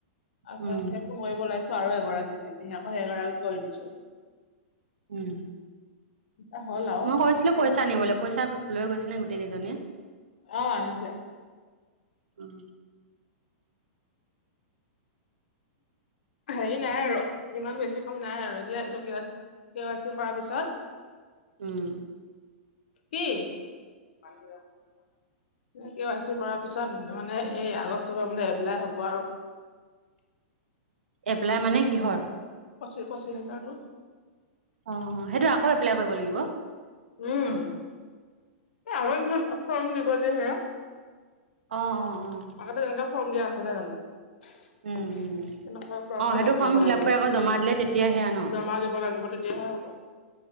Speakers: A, on the left; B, on the right.
A: <unintelligible>
B: উম
A: সেই ফোন কৰিব ওলাইছো, আৰু এগৰাকী <unintelligible> আকৌ সেইগৰাকীক কৰি দিছো।
B: উম।
A: এতিয়া হ'ল আৰু
B: মই কৈছিলো পইচা আনিবলৈ, পইচা লৈ গৈছে নে গোটেই কেইজনীয়ে?
A: অ', আনিছে।
B: উম।
A: হেৰি নাই আৰু, ইমান বেছি কাম নাই আৰু। এ দিয়া এইটো কে ৱা-কে ৱাই চি কৰাৰ পিছত
B: উম।
A: কি? কে ৱাই ছি কৰাৰ পিছত, মানে এই আগষ্ট পৰা বোলে এপ্লাই হব আৰু।
B: এপ্লাই মানে কিহৰ?
A: পঁচিশ-পঁচিশ হাজাৰটো।
B: অ', অ', সেইটো আকৌ এপ্লাই কৰিব লাগিব?
A: উম, এ আগৰ <unintelligible> ফৰ্ম দিব যে সেয়া।
B: অ', অ', অ'।
A: আগতে যেনেকে <unintelligible> জানো?
B: উম
A: তেনেকুৱা
B: উম
A: ফৰ্ম
B: অ
A: ফিল
B: সেইটো
A: আপ কৰিব লাগিব,
B: কৰি আকৌ জমা দিলে তেতিয়া সেয়া ন
A: জমা দিব লাগিব তেতিয়াহে হ'ব।